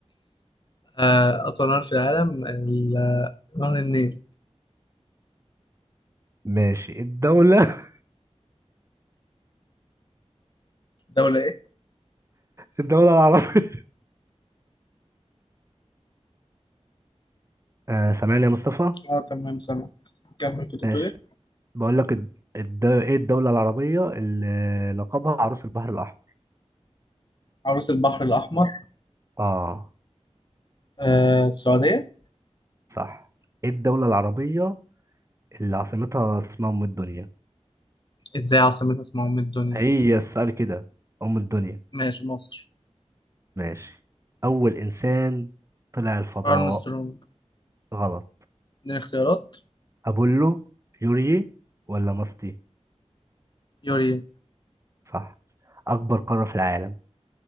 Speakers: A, on the left; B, on the right.
A: آه، أطول نهر في العالم ال- آه، نهر النيل
B: ماشي الدولة
A: دولة إيه؟
B: <laughs> الدولة العربية آه سامعني يا مصطفى
A: اه تمام سامع كمل كنت
B: ماشي
A: بتقول إيه؟
B: بقول لك الد... الد... ايه الدولة العربية اللي لقبها عروس البحر الأحمر
A: عروس البحر الأحمر
B: اه
A: آه، السعودية
B: صح ايه الدولة العربية اللي عاصمتها اسمها أم الدنيا
A: إزاي عاصمة اسمها أم الدنيا؟
B: هي السؤال كده أم الدنيا
A: ماشي مصر
B: ماشي أول إنسان طلع الفضاء
A: أرمسترونج
B: غلط
A: اديني اختيارات
B: أبولو يوري ولا ماستي
A: يوري
B: صح أكبر قارة في العالم